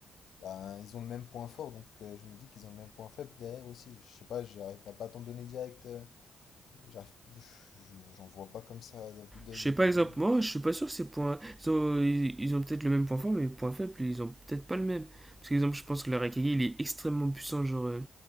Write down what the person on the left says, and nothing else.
bah, ils ont le même point fort, donc euh, je me dis qu'ils ont le même point faible derrière aussi. Je sais pas, j'arriverai pas à t'en donner direct. euh, j'arrive, je- j'en vois pas comme ça à vue d'œil
des...